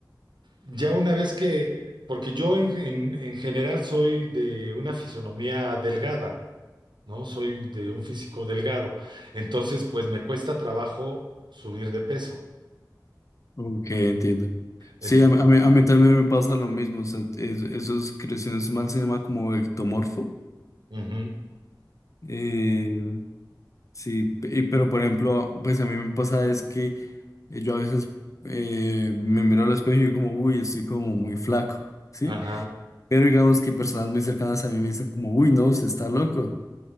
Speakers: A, on the right; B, on the left.
A: ya una vez que, porque yo en, en- en general soy de una fisonomía delgada, ¿no? Soy de un físico delgado. Entonces, pues me cuesta trabajo subir de peso.
B: Ok, entiendo.
A: En-
B: Sí, a, mí, a mí- a mí también me pasa lo mismo. O sea, es- esos creaciones mal se llama como ectomorfo.
A: Ujú.
B: eh, Sí, pe- y- pero por ejemplo, pues a mí me pasa es que eh, yo a veces eh, me miro al espejo y yo como, uy, estoy como muy flaco, ¿sí?
A: Ajá.
B: Pero digamos que personas muy cercanas a mí me dicen como, uy, no, usted está loco,